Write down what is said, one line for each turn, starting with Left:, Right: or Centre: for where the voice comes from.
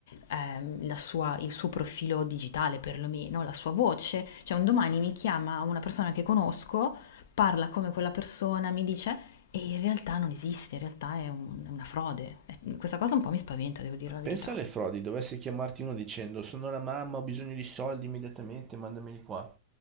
Left: ehm, la sua- il suo profilo digitale perlomeno, la sua voce, cioè un domani mi chiama una persona che conosco, parla come quella persona, mi dice... E in realtà non esiste, in realtà è, un- è una frode. E questa cosa un po' mi spaventa, devo dire la verità.
Right: Pensa alle frodi, dovesse chiamarti uno dicendo sono la mamma, ho bisogno di soldi immediatamente, mandameli qua.